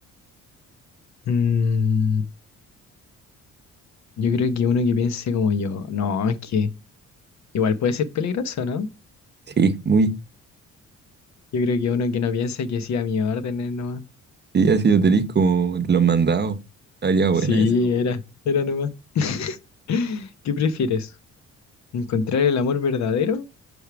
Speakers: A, on the left; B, on the right.
A: Mm, yo creo que uno que piense como yo, no, es que igual puede ser peligroso, ¿no?
B: Sí, muy.
A: Yo creo que uno que no piense que sí a mi orden es nomás.
B: Sí, así lo tenéis como de los mandados. Estaría buena
A: Sí,
B: esa.
A: No. era, era nomás. <laughs> ¿Qué prefieres? ¿Encontrar el amor verdadero